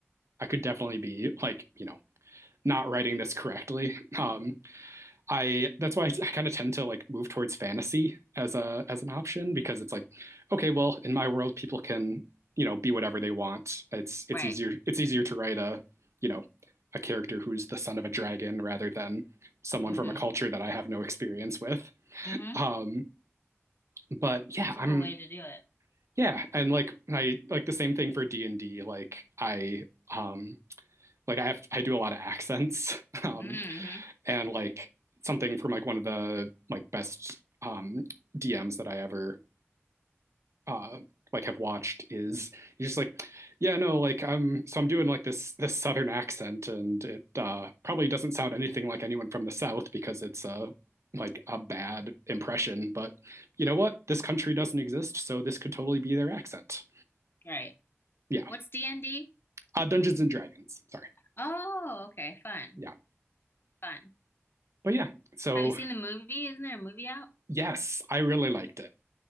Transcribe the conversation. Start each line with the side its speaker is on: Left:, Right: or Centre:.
Right: I could definitely be like, you know, not writing this correctly. <laughs> Um, I that's why I, I kind of tend to like move towards fantasy as a as an option because it's like, okay, well, in my world, people can you know be whatever they want. It's it's
Left: Right.
Right: easier it's easier to write a you know a character who's the son of a dragon rather than someone
Left: hmm
Right: from a culture that I have no experience with.
Left: hmm
Right: Um, but yeah,
Left: That's a
Right: I'm
Left: cool way to do it.
Right: yeah, and like I like the same thing for D and D. Like I um like I have I do a lot of accents. <laughs> Um,
Left: hmm
Right: and like something from like one of the like best um, DMs that I ever uh, like have watched is he's just like, yeah, no, like I'm so I'm doing like this this southern accent and it uh, probably doesn't sound anything like anyone from the south because it's a like a bad impression. But you know what? This country doesn't exist, so this could totally be their accent.
Left: Right.
Right: Yeah,
Left: What's D&D?
Right: uh, Dungeons and Dragons. Sorry.
Left: Oh, okay. Fun.
Right: Yeah,
Left: Fun.
Right: but yeah. So
Left: Have you seen the movie? Isn't there a movie out?
Right: yes, I really liked it.